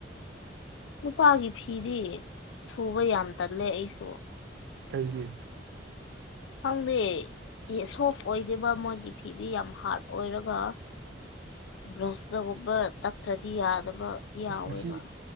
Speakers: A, on the left (about 70°); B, on the right (about 65°).
A: ꯅꯨꯄꯥꯒꯤ ꯐꯤꯗꯤ ꯁꯨꯕ ꯌꯥꯝ ꯇꯜꯂꯦ ꯑꯩꯁꯨ
B: ꯀꯩꯒꯤ
A: ꯈꯪꯗꯦ ꯁꯣꯐ ꯑꯣꯏꯗꯦꯕ ꯃꯣꯏꯒꯤ ꯐꯤꯗꯤ ꯌꯥꯝ ꯍꯥꯔꯠ ꯑꯣꯏꯔꯒ ꯕ꯭ꯔꯁꯅꯒꯨꯝꯕ ꯇꯛꯇ꯭ꯔꯗꯤ ꯌꯥꯗꯕ ꯌꯥꯎꯋꯦꯕ
B: ꯑꯁ ꯉꯁꯤ